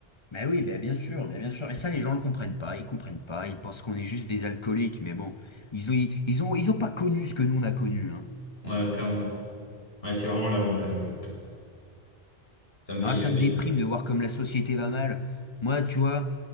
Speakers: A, on the left; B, on the left.
A: Mais oui, bah, bien sûr, bah, bien sûr. Et ça, les gens ne le comprennent pas. Ils comprennent pas. Ils pensent qu'on est juste des alcooliques. Mais bon, ils ont, ils ont, ils ont pas connu ce que nous, on a connu.
B: Ouais, clairement. Ouais, c'est vraiment lamentable. Ça me fait
A: Non,
B: gerber.
A: ça me déprime de voir comme la société va mal. Moi, tu vois,